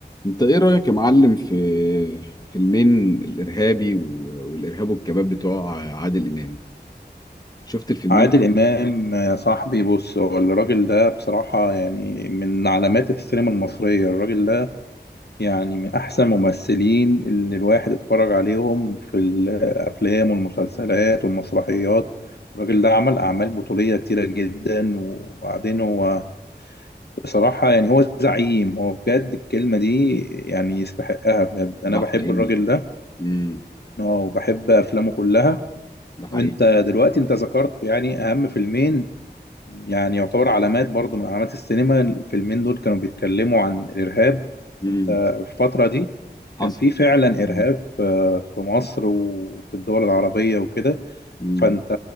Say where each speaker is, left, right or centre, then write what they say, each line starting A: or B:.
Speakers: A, on the left; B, on the left.
A: انت ايه رأيك يا معلم في فيلمين الارهابي و- والارهاب والكباب بتوع عادل امام شفت الفيلمين
B: عادل إمام يا صاحبي بص هو الراجل ده بصراحة يعني من علامات السينما المصرية الراجل ده يعني من أحسن الممثلين اللي الواحد اتفرج عليهم في الأفلام والمسلسلات والمسرحيات الراجل ده عمل أعمال بطولية كتيرة جدا وبعدين هو بصراحة يعني هو زعيم هو بجد الكلمة دي يعني يستحقها بجد
A: ده
B: أنا بحب
A: حقيقي
B: الراجل ده
A: امم
B: آه، وبحب أفلامه كلها
A: ده حقيقي
B: وانت دلوقتي انت ذكرت يعني اهم فيلمين يعني يعتبر علامات برضو من علامات السينما الفيلمين دول كانوا بيتكلموا عن الإرهاب
A: امم
B: وانت في الفترة دي كان
A: حصل
B: في فعلا إرهاب
A: امم
B: آه، في مصر وفي الدول العربية وكده
A: امم
B: فانت